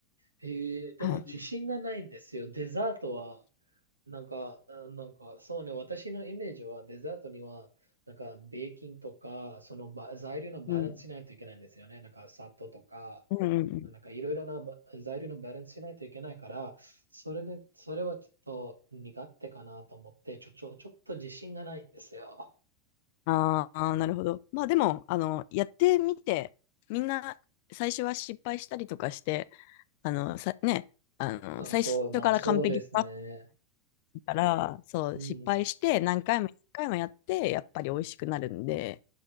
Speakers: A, on the right; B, on the left.
A: えーでも自信がないんですよ。
B: はい。
A: デザートは、なんか、あなんか、そうね、私のイメージはデザートには、なんか、ベーキンとか、そのば材料のバランスしないといけないんですよね。
B: うん。
A: なんか、砂糖とか、
B: うんうんうん。
A: なんか、いろいろなば材料のバランスしないといけないから、それね、それはちょっと苦手かなと思って、ちょ、ちょ、ちょっと自信がないんですよ。
B: ああ、なるほど。まあでも、あの、やってみて、みんな、最初は失敗したりとかして、あの、さ、ね、あの、
A: そうそう、
B: 最初から完璧な
A: まあ、そうですね。
B: から、そう、
A: うん
B: 失敗して何回も何回もやって、やっぱり美味しくなるんで、